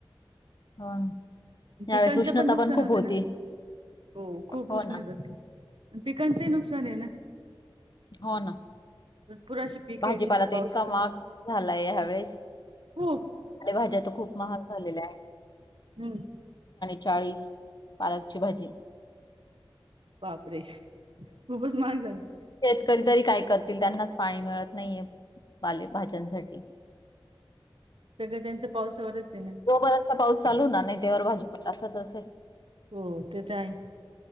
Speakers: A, on the left; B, on the right.
A: ह यावेळेस
B: पिकांचं
A: उष्णता
B: नुकसान
A: पण खूप
B: होतं
A: होती.
B: ना हो, खूप
A: हो
B: उष्णता
A: ना
B: अनं पिकांचंही नुकसान हेय ना.
A: हो ना,
B: भरपूर अशी पीक
A: भाजीपाला
B: आहे जिथं
A: तर
B: पाऊस
A: इतका
B: पडतो
A: महाग झालाय ह्या वेळेस
B: खूप
A: पालेभाज्या तर खूप महाग झालेल्या हाये.
B: हूं.
A: चाळीस, पालकची भाजी.
B: बापरे, खूपच महाग झाली.
A: शेतकरी तरी काय करतील त्यांनाच पाणी मिळत नाहीये, पाले भाज्यांसाठी.
B: सगळं त्यांचं पावसावरच आहे ना
A: जोवर पाऊस चालू होणारं नाही तेवर भाजीपाला असाच असेल.
B: हो, ते तर हाय.